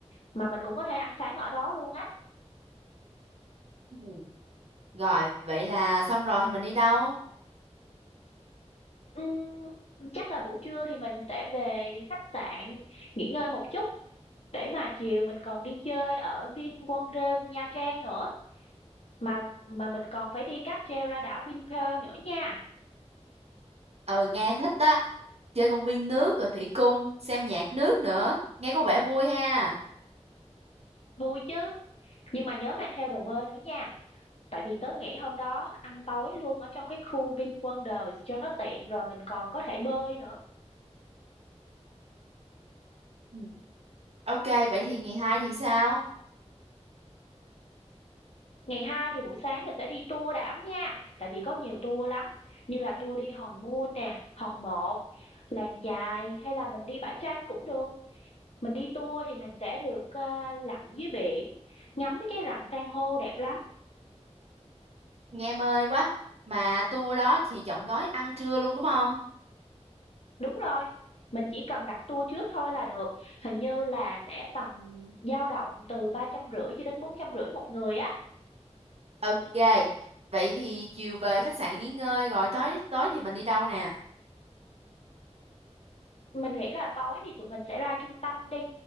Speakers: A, on the left (about 60°); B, on the right (about 60°).
A: mà mình cũng có thể ăn sáng ở đó luôn á
B: Ừ. Rồi, vậy là xong rồi thì mình đi đâu?
A: Ừm, chắc là buổi trưa thì mình sẽ về khách sạn nghỉ ngơi một chút để mà chiều mình còn đi chơi ở VinWonders Nha Trang nữa mà mà mình còn phải đi cáp treo ra đảo Vinpearl nữa nha
B: Ừ, nghe thích á. Chơi công viên nước rồi thủy cung, xem nhạc nước nữa. Nghe có vẻ vui ha.
A: vui chứ nhưng mà nhớ mang theo đồ bơi nữa nha tại vì tớ nghĩ hôm đó ăn tối luôn ở trong cái khu VinWonders cho nó tiện rồi mình còn có thể bơi nữa
B: Ừ. Ok, vậy thì ngày hai thì sao?
A: ngày hai thì buổi sáng mình sẽ đi tour đảo nha tại vì có nhiều tour lắm như là tour đi Hòn Mun nè Hòn Một làng chài hay là mình đi bãi tranh cũng được mình đi tour thì mình sẽ được ờ, lặn dưới biển ngắm mấy cái rặng san hô đẹp lắm
B: Nghe mê quá. Mà tour đó chị chọn gói ăn trưa luôn đúng không?
A: Đúng rồi, mình chỉ cần đặt tour trước thôi là được. Hình như là sẽ tầm dao động từ ba trăm rưỡi cho đến bốn trăm rưỡi một người á.
B: Ok. Vậy thì chiều về khách sạn nghỉ ngơi rồi tối tối thì mình đi đâu nè?
A: Mình nghĩ là tối thì tụi mình sẽ ra trung tâm đi,